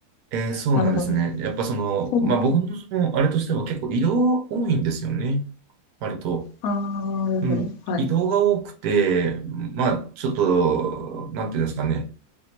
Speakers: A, on the right (about 80°); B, on the left (about 75°).
A: えーそうなんですね。
B: なるほど。
A: やっぱその、
B: そうね。
A: まあ、僕のその、あれとしては結構移動が多いんですよね。割と。
B: ああ、なるほど。
A: うん。
B: はい。
A: 移動が多くて、まあ、ちょっと、なんていうんですかね。